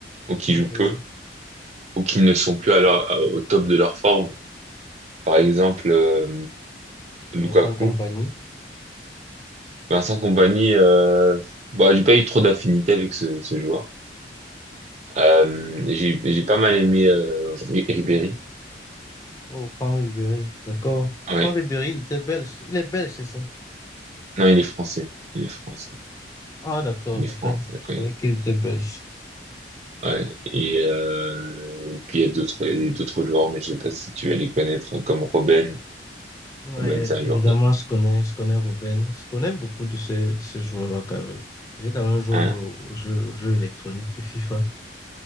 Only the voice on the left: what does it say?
Oui,
Vincent
Kompany.
Oh, Franck Ribéry, d'accord.
Franck Ribéry, il était belge. Il est belge, c'est ça?
Ah, d'accord,
d'accord.
Je savais
qu'il était belge.
Ouais,
évidemment,
je connais, je connais Robben. Je connais beaucoup de ces, de ces joueurs-là, quand même. J'ai quand même joué
au, au jeu, au jeu électronique de FIFA.